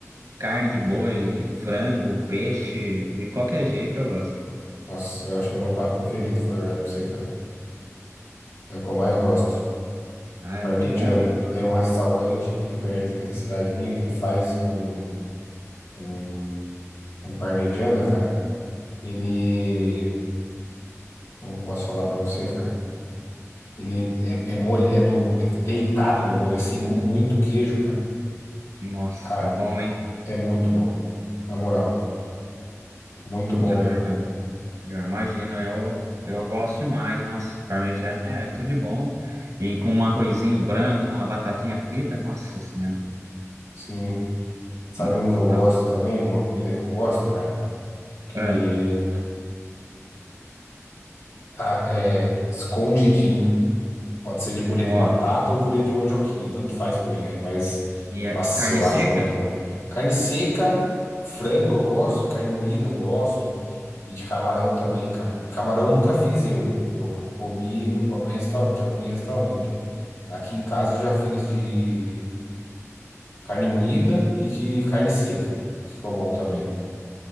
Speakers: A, on the right (about 90°); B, on the left (about 60°).
A: carne de boi, frango, peixe, de qualquer jeito eu gosto.
B: nossa, eu acho que é meu prato preferido, falar a verdade pra você, cara. É o que eu mais gosto.
A: Ah, é
B: Parmegiana.
A: muito bom comigo.
B: Tem um restaurante aqui perto aqui da cidade minha que ele faz um, um, um parmegiana, cara. Ele, como eu posso falar pra você, cara? Ele é, é molho, é no é deitado no molho assim com muito queijo, cara.
A: Nossa,
B: Cara,
A: é bom, hein?
B: é muito bom. Na moral, muito bom
A: Ah,
B: mesmo, cara.
A: Eu imagino, eu, eu gosto demais. Nossa, parmegiana é tudo de bom. E com um arrozinho branco, uma batatinha frita, nossa senhora.
B: Sim. Sabe
A: Um-
B: um que eu
A: Uma,
B: gosto também, uma comida que eu gosto, cara, que
A: é,
B: ah, é escondidinho. Pode ser de purê
A: nó.
B: de batata ou purê de mandioquinha, tanto faz pra mim, velho. Mas,
A: E é
B: nossa,
A: carne
B: eu
A: seca?
B: acho muito bom. Carne seca, frango eu gosto, de carne moída eu gosto, e de camarão também, cara. Camarão eu nunca fiz eu. Eu comi, eu comi em restaurante, eu já comi em restaurante. Aqui em casa eu já fiz de carne moída e de carne seca. Ficou bom também.